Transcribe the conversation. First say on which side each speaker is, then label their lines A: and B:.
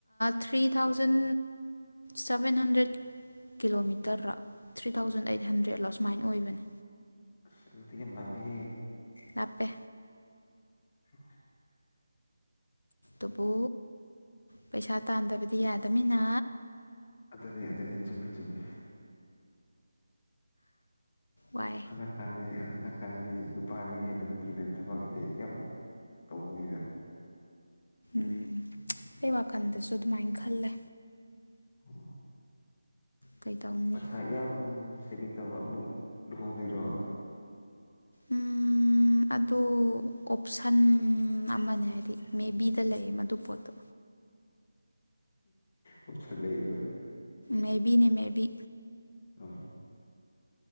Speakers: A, on the left; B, on the left.
A: ꯊ꯭ꯔꯤ ꯊꯥꯎꯖꯟ ꯁꯚꯦꯟ ꯍꯟꯗ꯭ꯔꯦꯠ ꯀꯤꯂꯣꯃꯤꯇꯔꯔ ꯊ꯭ꯔꯤ ꯊꯥꯎꯖꯟ ꯑꯩꯠ ꯍꯟꯗ꯭ꯔꯦꯗꯂꯣ ꯁꯨꯃꯥꯏꯅ ꯑꯣꯏꯕꯅꯦ
B: ꯁꯗꯤ ꯀꯅꯥꯕꯤ
A: ꯂꯥꯞꯄꯦ
B: ꯍ
A: ꯑꯗꯨꯕꯨ ꯄꯩꯁꯥ ꯇꯥꯟꯗꯕꯗꯤ ꯌꯥꯗꯃꯤꯅ
B: ꯑꯗꯨꯗꯅꯤ ꯑꯗꯨꯗꯅꯤ ꯆꯨꯝꯃꯤ ꯆꯨꯝꯃꯤ
A: ꯋꯥꯏ
B: ꯍꯟꯗꯛꯀꯥꯟꯗꯤ ꯍꯟꯗꯛꯀꯥꯟꯗꯤ ꯅꯨꯄꯥꯗꯒꯤ ꯍꯦꯟꯅ ꯅꯨꯄꯤꯅ ꯊꯕꯛ ꯑꯦ ꯌꯥꯝ ꯇꯧꯕꯅꯤꯒ
A: ꯎꯝ ꯑꯩ ꯋꯥꯈꯜꯗꯁꯨ ꯑꯗꯨꯃꯥꯏꯅ ꯈꯜꯂꯦ
B: ꯑ
A: ꯀꯩꯗꯧꯅꯤ
B: ꯑꯁ ꯌꯥꯝ ꯌꯥꯝ ꯌꯥꯝ ꯁꯤꯃꯤ ꯇꯨꯛ ꯂꯗꯔꯣ
A: ꯎꯝ ꯑꯗꯨ ꯑꯣꯞꯁꯟ ꯑꯃꯅꯦ ꯍꯥꯏꯗꯤ ꯃꯦꯕꯤꯗ ꯂꯩꯌꯦ ꯃꯗꯨ ꯄꯣꯠꯇꯣ
B: ꯑꯣꯁꯂ ꯂꯩ ꯏꯕ
A: ꯃꯦꯕꯤꯅꯦ ꯃꯦꯕꯤ
B: ꯑꯥ